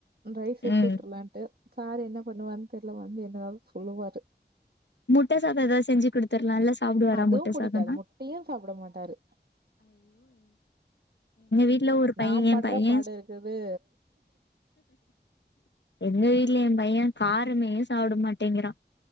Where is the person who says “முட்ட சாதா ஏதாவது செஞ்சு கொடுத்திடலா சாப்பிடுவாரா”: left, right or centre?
Left